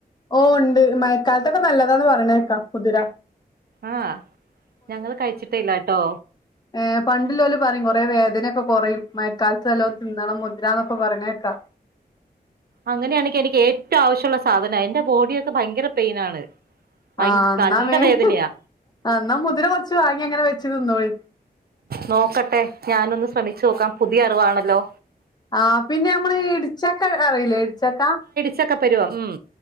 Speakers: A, on the left; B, on the right.
A: ഓ ഇണ്ട് മയക്കാലത്തൊക്കെ നല്ലതാന്ന് പറഞ്ഞേക്കാം മുതിര
B: ആഹ് ഞങ്ങള് കഴിച്ചിട്ടേ ഇല്ല കേട്ടോ
A: ഏ പണ്ടില്ലോല് പറയും കൊറേ വേദനയൊക്കെ കൊറയും മയക്കാലത്ത് നല്ലോം തിന്നണം മുദ്രാന്നൊക്കെ പറയ്ണേക്കാം
B: അങ്ങനെയാണെകെനിക്കേറ്റവും ആവശ്യംള്ള സാധനാ എന്റെ ബോഡിയൊക്കെ ഭയങ്കര പെയിനാണ് ഭയ
A: ആഹ് ന്നാ
B: നല്ല
A: മേം
B: വേദനയാ
A: എന്നാ മുതിര കൊറച്ച് വാങ്ങി ങ്ങനെ വെച്ച് തിന്നോളി
B: നോക്കട്ടെ ഞാനൊന്ന് ശ്രമിച്ചു നോക്കാം പുതിയ അറിവാണല്ലോ
A: ആഹ് പിന്നെ നമ്മളീ ഇടിച്ചക്ക അറിയില്ലേ ഇടിച്ചക്ക
B: ചക്ക പരിവം ഉം